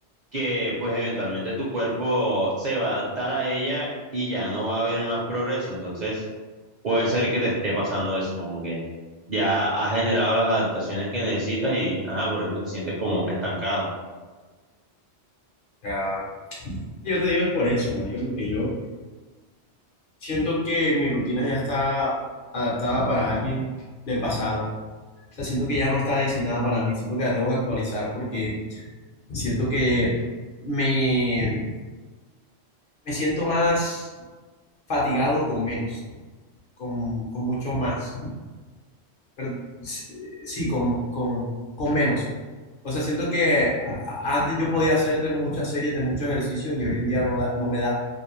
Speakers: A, on the right; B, on the left.
A: que pues eventualmente tu cuerpo se va a adaptar a ella y ya no va a haber más progreso. Entonces puede ser que te esté pasando eso, como que ya has generado las adaptaciones que necesitas y ajá, por eso te sientes como estancado.
B: Ya, yo te digo es por eso, marica, porque yo siento que mi rutina ya está adaptada para alguien del pasado sea, siento que ya no está diseñada para mí, siento que la tengo que actualizar porque siento que me, me siento más fatigado con menos, con, con mucho más, pero s- sí, con, con, con menos. O sea, siento que a- a- antes yo podía hacer de muchas series, de muchos ejercicios y hoy en día no, da- no me da.